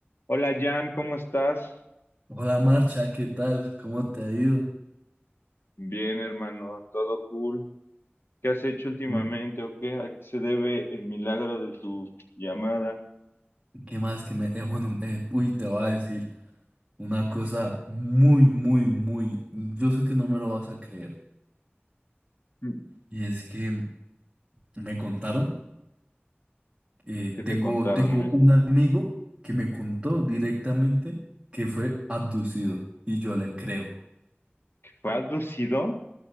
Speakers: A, on the left; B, on the right.
A: Hola Jan, ¿cómo estás?
B: Hola Marcha, ¿qué tal? ¿Cómo te ha ido?
A: Bien, hermano, todo cool. ¿Qué has hecho últimamente
B: Mm,
A: o qué? ¿A qué se debe el milagro de tu llamada? <clears throat>
B: ¿Qué más que me... eh, bueno, eh, uy, te voy a decir una cosa muy, muy, muy... Yo sé que no me lo vas a creer.
A: Mm.
B: Y es que me contaron, eh,
A: ¿Qué
B: tengo,
A: te contaron,
B: tengo
A: men?
B: un amigo que me contó directamente que fue abducido. Y yo le creo.
A: ¿Que fue abducido?